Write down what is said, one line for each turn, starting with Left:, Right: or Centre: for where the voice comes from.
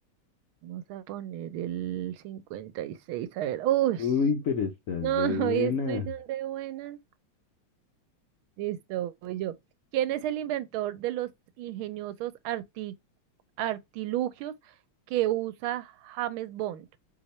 Right: Vamos a poner el cincuenta y seis A ver. Uy,
Left: Uy, pero estás
Right: no,
Left: de buena.
Right: <laughs> hoy estoy donde buena. Listo, voy yo. ¿Quién es el inventor de los ingeniosos arti- artilugios que usa James Bond?